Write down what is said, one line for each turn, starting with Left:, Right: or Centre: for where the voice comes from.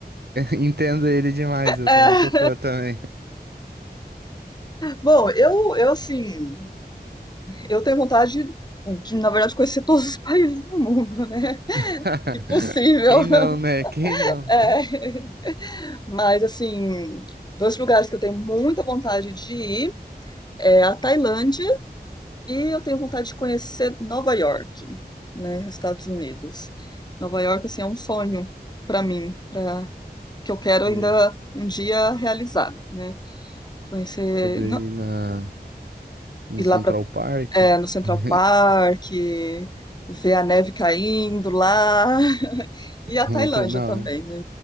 Right: Entendo ele demais, eu
Left: É.
Right: sou muito fã também.
Left: Bom, eu, eu assim, eu tenho vontade de, na verdade, conhecer todos os <laughs> países do mundo, né?
Right: <laughs>
Left: Se possível.
Right: Quem
Left: <laughs>
Right: não, né? Quem não?
Left: É. Mas assim, dois lugares que eu tenho muita vontade de ir. é a Tailândia e eu tenho vontade de conhecer Nova York, né, Estados Unidos. Nova York, assim, é um sonho para mim, para que eu quero
Right: Sei.
Left: ainda um dia realizar, né? Conhecer,
Right: Poder
Left: não,
Right: ir na, no
Left: ir
Right: Central
Left: lá pra,
Right: Park.
Left: é, no Central
Right: <laughs>
Left: Park, ver a neve caindo lá, <laughs> e a Tailândia
Right: Muito, não.
Left: também,
Right: né?
Left: né?